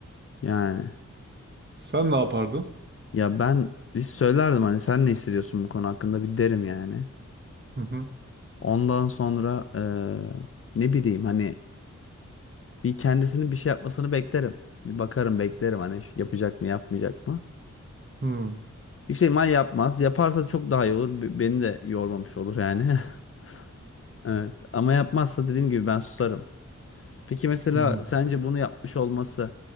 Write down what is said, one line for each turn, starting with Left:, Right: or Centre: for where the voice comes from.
Left: Yani
Right: Sen ne yapardın?
Left: ya ben bir söylerdim hani sen ne hissediyorsun bu konu hakkında bir derim yani.
Right: Hı hı.
Left: Ondan sonra eee, ne bileyim hani bir kendisinin bir şey yapmasını beklerim. Bir bakarım beklerim hani şu- yapacak mı yapmayacak mı.
Right: Hı hı.
Left: Bir şey mal yapmaz. Yaparsa çok daha iyi olur. Be- Beni de yormamış olur yani. <laughs> Evet. Ama yapmazsa dediğim gibi ben susarım. Peki mesela
Right: Hı
Left: sence bunu yapmış olması